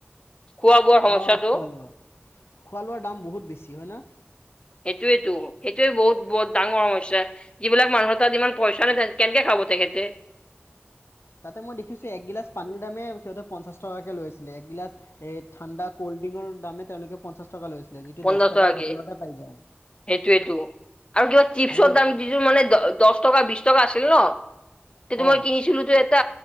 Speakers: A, on the left (about 25°); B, on the left (about 85°).
A: খোৱা বোৱাৰ সমস্যাটো।
B: অ খোৱা লোৱা খোৱা লোৱাৰ দাম বহুত বেছি হয় ন!
A: সেইটোয়েতো সেইটোয়ে বহুত বহুত ডাঙৰ সমস্যা যিবিলাক মানুহ তাত ইমান পইচা নাই কেনেকে খাব! <unintelligible>
B: তাতে মই দেখিছো একগিলাচ পানীৰ দামে সিহঁতে পঞ্চাশ টকাকে লৈ আছিলে একগিলাচ এই ঠাণ্ডা কল্ডড্ৰিংকৰ দামে তেওঁলোকে পঞ্চাশ টকা লৈছিলে যিটো
A: পঞ্চাশ
B: দহ টকাৰ
A: টকাকে
B: বটলতে পাই যায়।
A: সেইটোয়েতো আৰু কিবা চিপছৰ
B: আৰু
A: দাম যিটো মানে দ দহ টকা বিশ টকা আছিল ন সেইটো
B: অ
A: মই কিনিছিলোতো এটা